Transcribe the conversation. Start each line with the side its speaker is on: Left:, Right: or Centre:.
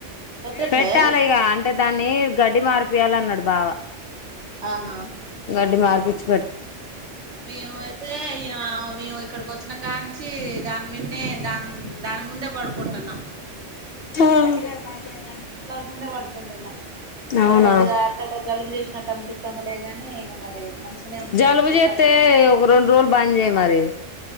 Right: పెట్టట్లే
Left: పెట్టాలిగా అం అంటే దాన్ని గడ్డి మారిపియాల అన్నాడు బావ
Right: ఆహా
Left: గా పిచ్చు
Right: మేము అయితే ఇయ మేము ఇక్కడకొ వచ్చిన కాంచి దాని మీన్నే దా ఉ దాని ముందే పడుకుంటున్నాం
Left: ఆ
Right: కూలర్ ముందే పడుకుంటున్నా
Left: అవునా
Right: కొద్దిగా అట్లా జలుబు చేసినట్టు అనిపిత్తాంది లే గానీ ఇంగ మరి మంచినే ఉంటాంది
Left: జలుబు
Right: చీకాకు
Left: చేస్తే
Right: ఏం లేదు
Left: ఒక రెండు రోజులు బంద్ చేయి మరి